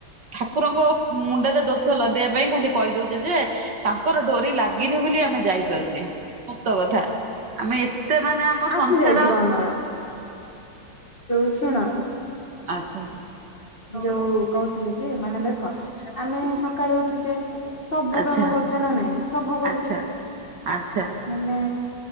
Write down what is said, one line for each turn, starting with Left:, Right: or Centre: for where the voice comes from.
Right: ଠାକୁରଙ୍କ ମୁଣ୍ଡରେ ଦୋଷ ଲଦେଇବା ପାଇଁ ଖାଲି କହିଦଉ ଚେ ଯେ ତାଙ୍କର ଡୋରି ଲାଗିନି, ବୋଲି ଆମେ ଯାଇପାରୁନେ ସତ କଥା। ଆମେ ଏତେ ମାନେ ଆମ
Left: ଆସି
Right: ସଂସାର
Left: ଯାଇଥିବ ଆମର ଯୋଉ ଶୁଣ
Right: ଆଚ୍ଛା
Left: ଯୋଉ କହୁଥିଲି ଯେ ମାନେ ଦେଖ ଆମେ ସକାଳେ ଉଠୁଛେ। ସବୁ
Right: ଆଚ୍ଛା
Left: କାମ କରୁଚେ ନା ନାଇଁ, ସବୁ କରୁଛେ।
Right: ଆଚ୍ଛା ଆଚ୍ଛା
Left: ମାନେ